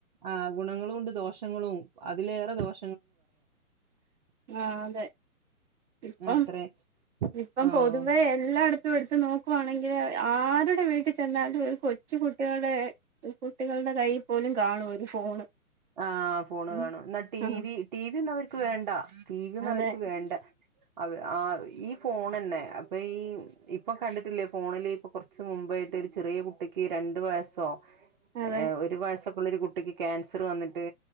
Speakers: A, on the right; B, on the right.
A: ആ ഗുണങ്ങളും ഉണ്ട് ദോഷങ്ങളും അതിലേറെ ദോഷ
B: ആ അതെ ഇപ്പം
A: അത്രേ
B: ഇപ്പം
A: ആഹ്
B: പൊതുവെ എല്ലാടിത് പ്പം എടുത്ത് നോക്കുവാണെങ്കിൽ ആരുടെ വീട്ടിൽ ചെന്നാൽ ഒരു കൊച്ചു കുട്ടികളെ കുട്ടികൾടെ കൈയിൽ പോലും കാണും ഒരു ഫോണ്.
A: ആഹാ ഫോണ്
B: ഉം
A: കാണും. ഇന്നാ ടി
B: ആഹ്
A: വി റ്റി വി യൊന്നും അവർക്ക് വേണ്ട. റ്റി വിയൊന്നും
B: അതെ
A: അവിര്ക്ക് വേണ്ട. അ ആ ഈ ഫോണ് തന്നെ അപ്പൊ ഈ ഇപ്പൊ കണ്ടിട്ടില്ലേ ഫോണില് ഇപ്പൊ കുറച്ച് മുമ്പായിട്ട് ഒരു ചെറിയ കുട്ടിക്ക് രണ്ടു വയസ്സോ
B: അതെ
A: ഏ ഒരു വയസ് ഒരു കുട്ടക്ക് ക്യാൻ സർ വന്നിട്ട്